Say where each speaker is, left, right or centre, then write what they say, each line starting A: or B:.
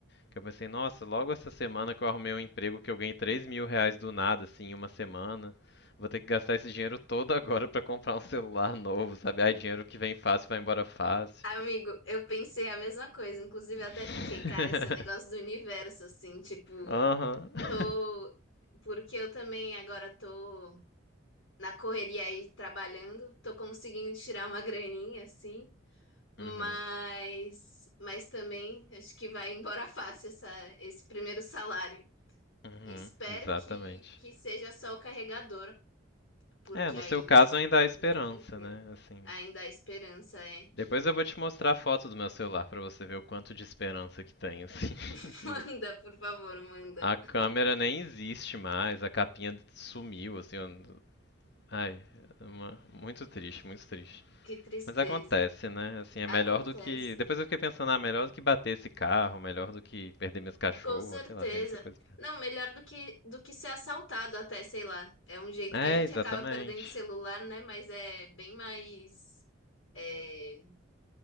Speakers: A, on the left (about 55°); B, on the left (about 80°).
A: Que eu pensei, nossa, logo essa semana que eu arrumei um emprego que eu ganhei três mil reais do nada, assim, em uma semana. Vou ter que gastar esse dinheiro todo agora pra comprar um celular novo, sabe? Ai, dinheiro que vem fácil vai embora fácil.
B: Amigo, eu pensei a mesma coisa. Inclusive,
A: <laughs>
B: eu até fiquei, cara, esse é um negócio do universo, assim, tipo,
A: Aham. <laughs>
B: tô. Porque eu também agora tô na correria aí trabalhando, tô conseguindo tirar uma graninha, assim, mas.
A: Uhum.
B: Mas também acho que vai embora <laughs> fácil essa, esse primeiro salário.
A: Uhum.
B: Espero
A: Exatamente.
B: que, que seja só o carregador, porque
A: É, no
B: aí
A: seu caso
B: vai ser
A: ainda há esperança,
B: mais tranquilo.
A: né? Assim,
B: Ainda há esperança, é.
A: Depois eu vou te mostrar a foto do meu celular pra você ver o quanto de esperança que tem, assim. <laughs>
B: <laughs> Manda, por favor, manda.
A: A câmera nem existe mais, a capinha sumiu, assim. eu- Ai, é uma- muito triste, muito triste.
B: Que tristeza.
A: Mas acontece, né? Assim, é
B: Acontece.
A: melhor do que. Depois eu fiquei pensando, ah, melhor do que bater esse carro, melhor do que perder minhas cachorras,
B: Com certeza.
A: sei lá, tem muita coisa.
B: Não, melhor do que, do que ser assaltado até, sei lá. É um jeito
A: É,
B: que a gente
A: exatamente.
B: acaba perdendo celular, né? Mas é bem mais, é,